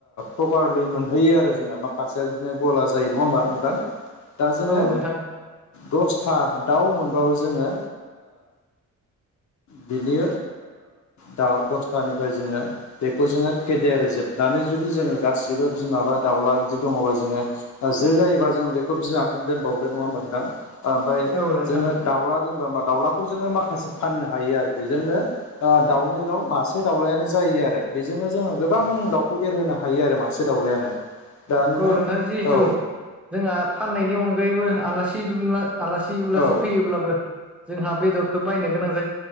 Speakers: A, on the left; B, in the centre.
A: प्रपारलि मोन होयो आरो जोङो माखासेया बिदिनो गला जायो नङा होमबा नोंथां। दा जोङो
B: औ नोंथां
A: दसथा दाउ मोनबाबो जोङो। बिनि दाउ दसथानिफ्राय जोङो बेखौ जोङो फेदेर नानै जुदि जोङो गासिबो। बिमाबा दाउला बिदि दङबा जोङो जो जायोबा जों बेखौ बिमा। खौनो दोनबावदो नङा होनबा नोंथां ओमफ्राय
B: औ नोंथां
A: जोङो दाउला दोनबा मा दाउला। माखासे फाननो हायो आरो बेजोंनो दाउनि दाउ मासे दाउलायानो जायो आरो बेजों नो जोङो गोबां दाउखौ एरहोनो हायो आरो मासे दाउलायानो। दा नोङो
B: औ नोंथाङां जिहेथु
A: औ
B: जोंहा फाननायनि अनगायैबो आलासि दुमला आलासि उलासि
A: औ
B: फैयोब्लाबो जोंहा बेदरखौ बायनो गोनां ज